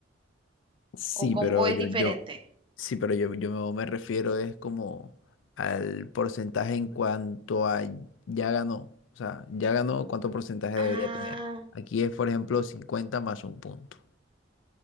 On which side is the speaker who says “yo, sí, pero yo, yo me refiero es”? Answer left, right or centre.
Left